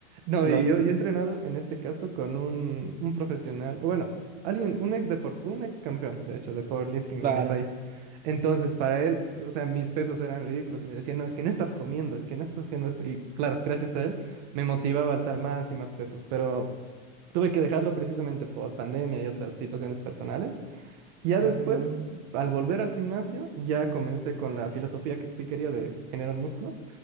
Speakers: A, on the right (about 45°); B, on the right (about 20°).
A: No,
B: Lo-
A: y yo,
B: l-
A: yo he entrenado en este caso con un, un profesional, o bueno, alguien, un ex deport, un ex campeón, de hecho, de powerlifting
B: claro.
A: de mi país. Entonces, para él, o sea, mis pesos eran ridículos y me decía, no, es que no estás comiendo, es que no estás haciendo esto. Y claro, gracias a él, me motivaba a alzar más y más pesos, pero tuve que dejarlo precisamente por pandemia y otras situaciones personales. Ya
B: Ah,
A: después, al volver al gimnasio, ya comencé con la filosofía que sí quería de generar músculo.